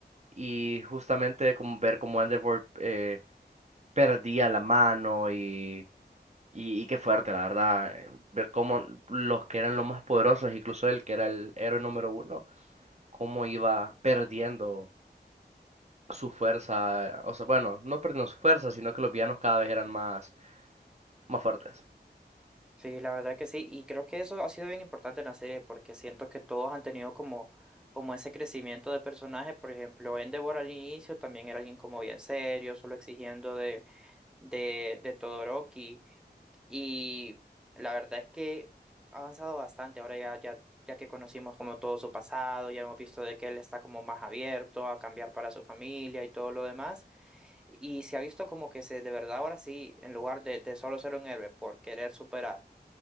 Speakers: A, on the right (about 40°); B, in the centre.
A: Y justamente como ver cómo Endeavor eh, perdía la mano y, y, y qué fuerte, la verdad. eh, Ver cómo los que eran los más poderosos, incluso él que era el héroe número uno, cómo iba perdiendo su fuerza. O sea, bueno, no perdiendo su fuerza, sino que los villanos cada vez eran más, más fuertes.
B: Sí, la verdad que sí. Y creo que eso ha sido bien importante en la serie porque siento que todos han tenido como, como ese crecimiento de personaje. Por ejemplo, Endeavor al inicio también era alguien como bien serio, solo exigiendo de, de, de Todoroki. Y la verdad es que ha avanzado bastante. Ahora ya, ya, ya que conocimos como todo su pasado, ya hemos visto de que él está como más abierto a cambiar para su familia y todo lo demás. Y se ha visto como que se, de verdad ahora sí, en lugar de, de solo ser un héroe por querer superar